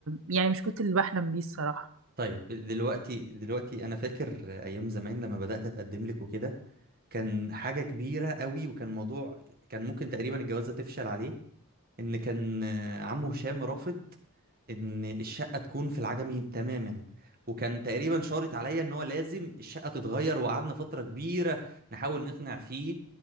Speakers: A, on the right; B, on the right.
A: يعني مش كنت اللي بحلم بيه الصراحة
B: طيب دلوقتي دلوقتي انا فاكر ايام زمان لما بدات اتقدم لك وكده كان حاجة كبيرة قوي وكان موضوع كان ممكن تقريبا الجوازة تفشل عليه ان كان آه، عمه هشام رافض ان الشقه تكون في العجمي تماما وكان تقريبا شارط عليا ان هو لازم الشقه تتغير وقعدنا فتره كبيره نحاول نقنع فيه